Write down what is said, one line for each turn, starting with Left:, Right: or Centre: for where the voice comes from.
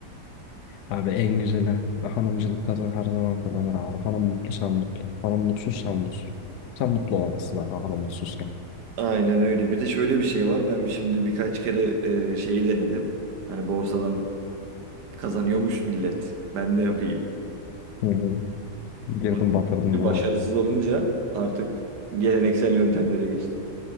Left: Abi en güzeli hanımcılık kazan her zaman kazanır abi. Hanım mutlu sen mutlu. Hanım mutsuz sen mutsuz. Sen mutlu olamazsın daha hanım mutsuzken.
Right: Aynen öyle. Bir de şöyle bir şey var. Ben şimdi birkaç kere e, şeyi denedim. Hani borsadan kazanıyormuş millet. Ben de yapayım.
Left: Hı hı. Girdin
Right: Ama <laughs>
Left: batırdın değil
Right: başarısız
Left: mi?
Right: olunca artık geleneksel yöntemlere geçtik.